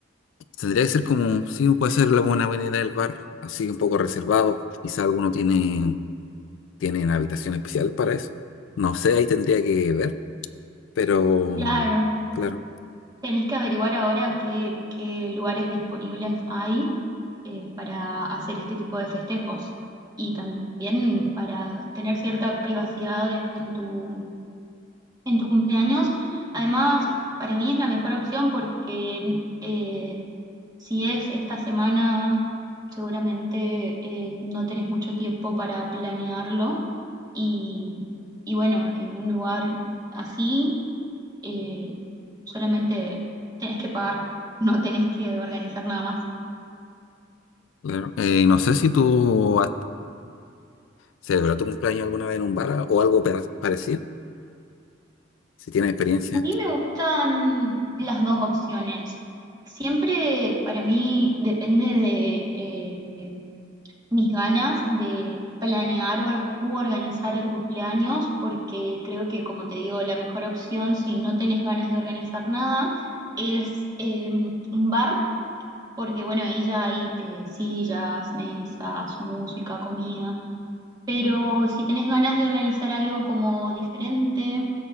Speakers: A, on the left (about 75°); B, on the right (about 20°).
A: tendría que ser como, sí, puede ser la buena avenida del bar, así un poco reservado. Quizás algunos tienen, tienen habitación especial para eso. No sé, ahí tendría que ver, pero
B: Claro,
A: claro,
B: tenés que averiguar ahora qué, qué lugares disponibles hay eh, para hacer este tipo de festejos y también para tener cierta privacidad en tu en tu cumpleaños. Además, para mí es la mejor opción porque eh, si es esta semana, seguramente eh, no tenés mucho tiempo para planearlo. Y, y bueno, en un lugar así, eh, solamente tenés que pagar, <laughs> no tenés que organizar nada más.
A: claro. Eh, no sé si tú has, ¿Celebró tu cumpleaños alguna vez en un bar o algo pa- parecido? Si tienes experiencia,
B: A mí me gustan las dos opciones. Siempre para mí depende de eh, mis ganas de planear or- u organizar el cumpleaños, porque creo que, como te digo, la mejor opción si no tenés ganas de organizar nada es eh, un bar, porque bueno, ahí ya hay eh, sillas, mesas, música, comida. Pero si tenés ganas de organizar algo como diferente,